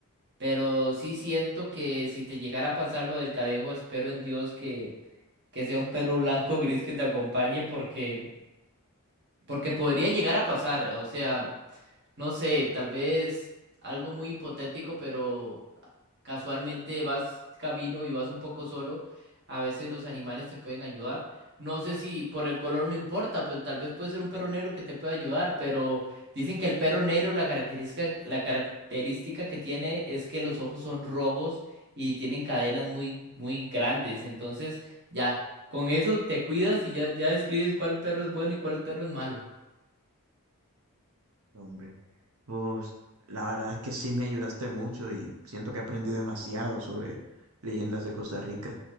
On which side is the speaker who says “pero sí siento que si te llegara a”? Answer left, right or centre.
Right